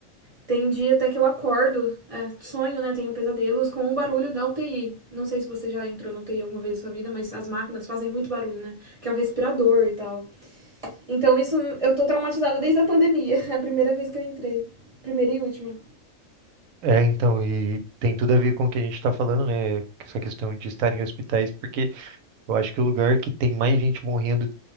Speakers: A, on the right; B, on the right.
A: Tem dia até que eu acordo, é, sonho, né? Tenho pesadelos com o barulho da UTI. Não sei se você já entrou na UTI alguma vez na sua vida, mas as máquinas fazem muito barulho, né? Que é o respirador e tal. Então, isso eu tô traumatizada desde a pandemia. <laughs> É a primeira vez que eu entrei. Primeira e última.
B: É, então, e tem tudo a ver com o que a gente está falando, né? Essa questão de estar em hospitais, porque eu acho que o lugar que tem mais gente morrendo